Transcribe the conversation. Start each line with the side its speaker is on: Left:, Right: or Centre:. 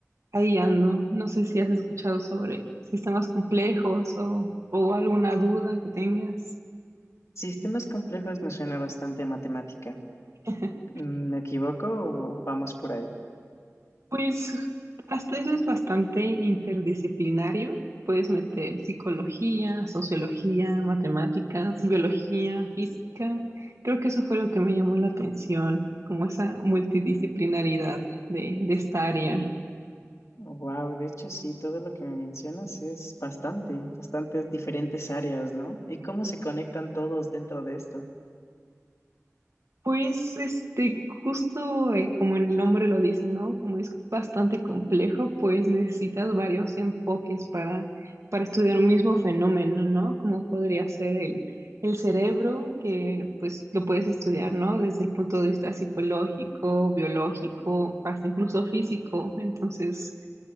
Right: ahí ando. No sé si has escuchado sobre sistemas complejos o, o alguna duda que tengas.
Left: Sistemas complejos me suena bastante a matemática.
Right: <laughs>
Left: Mm, ¿Me equivoco o vamos por ahí?
Right: Pues hasta eso es bastante interdisciplinario. Puedes meter psicología, sociología, matemáticas, biología, física. Creo que eso fue lo que me llamó la atención, como esa multidisciplinaridad de, de esta área.
Left: Wow, de hecho sí, todo lo que me mencionas es bastante, bastantes diferentes áreas, ¿no? ¿Y cómo se conectan todos dentro de esto?
Right: Pues, este, justo eh, como el nombre lo dice, ¿no? Como es bastante complejo, pues necesitas varios enfoques para, para estudiar un mismo fenómeno, ¿no? Como podría ser el, el cerebro, que pues lo puedes estudiar, ¿no? Desde el punto de vista psicológico, biológico, hasta incluso físico. Entonces,